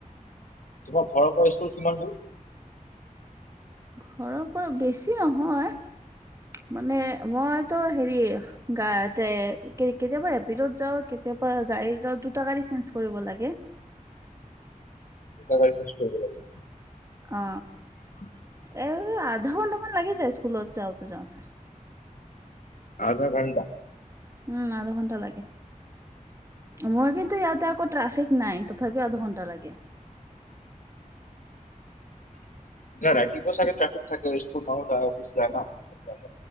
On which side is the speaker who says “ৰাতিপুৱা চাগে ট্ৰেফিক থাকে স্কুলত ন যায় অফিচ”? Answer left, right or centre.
Left